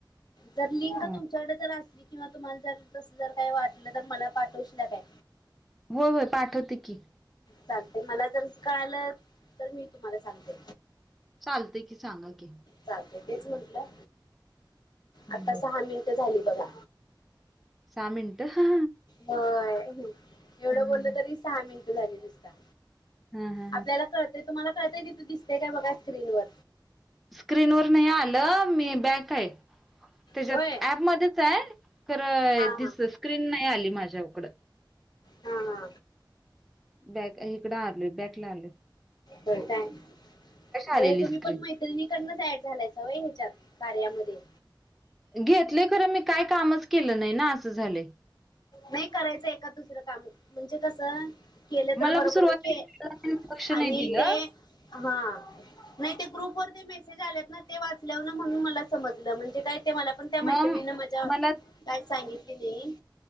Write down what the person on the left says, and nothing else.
जर लिंक
तुमच्याकडे जर असली किंवा तुम्हाला जर तसं जर काही वाटलं तर मला पाठवशील का काय.
चालतंय मला जर कळलं तर मी तुम्हाला सांगते
चालतय तेच म्हंटलं
आता
सहा मिनिट झाली बघा
होय एवढं बोललं
तरी सहा मिनिट झाली नुसता
आपल्याला कळतंय तुम्हाला कळंतय तिथं दिसतेय काय बघा स्क्रीनवर
होय
हा हा
हा हा
मग
हे तुम्ही
पण माहिती सैनिकडनच ऍड झालायच व्हय ह्याच्यात कार्यामध्ये.
नाही करायचं एका दुसरं काम म्हणजे कस केले तर
बरं
पडतय
आणि
ते हा नाही ते ग्रुप वर ते मेसेज मेसेज आल्यात ना ते वाचल्यावर म्हणून मला समजलं म्हणजे काय मला पण त्या मैत्रिणीने
मज्या
काय सांगितलीली